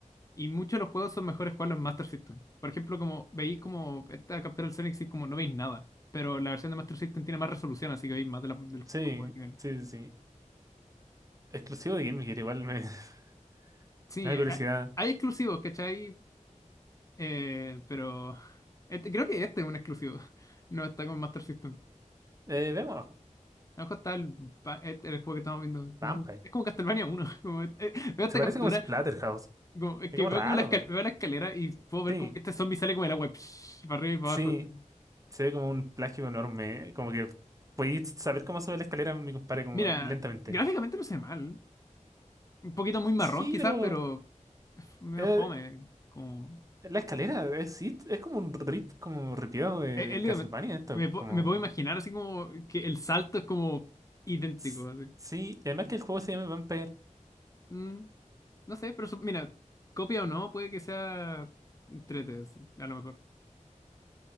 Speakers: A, on the left; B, on the right.
A: Y muchos de los juegos son mejores jugarlos en Master System. Por ejemplo, como veis como esta captura del Sonic, sí, como no veis nada. Pero la versión de Master System tiene más resolución, así que veis más de la- del
B: Sí,
A: como del nivel.
B: sí, sí. sí. Exclusivo de Game Gear, igual me, <laughs>
A: Sí,
B: me da
A: hay,
B: curiosidad.
A: hay exclusivos, ¿cachai? Eh, pero <laughs> este- creo que este es un exclusivo. <laughs> No está con Master System.
B: Eh, vemos
A: A lo mejor está el, pa- este- el juego que estamos viendo. como
B: Vampire.
A: un- es como Castlevania uno <laughs> como- eh, veo esta
B: Se parece
A: captura,
B: como a Splatterhouse.
A: como- es
B: Es
A: que
B: como
A: veo
B: raro.
A: como la, escal- veo la escalera y puedo ver
B: Sí,
A: como que este zombie sale como el agua, psh, para arriba y para
B: sí.
A: abajo. así.
B: Se ve como un plagio enorme. Como que podéis saber cómo sube la escalera, mi compadre, como
A: Mira,
B: lentamente.
A: gráficamente no sé mal. Un poquito muy marrón
B: Sí,
A: quizás,
B: pero
A: pero es medio
B: eh,
A: fome. Como,
B: la escalera es sí Es como un rip, como ripiado de,
A: es-
B: de
A: es
B: Castlevania
A: literalmente-
B: esto.
A: me, pu-
B: Como.
A: me puedo imaginar así como que el salto es como idéntico.
B: s-
A: así.
B: Sí, y además que el juego se llama Vampire.
A: Mm, no sé, pero su- mira, copia o no, puede que sea entrete, así, a lo mejor.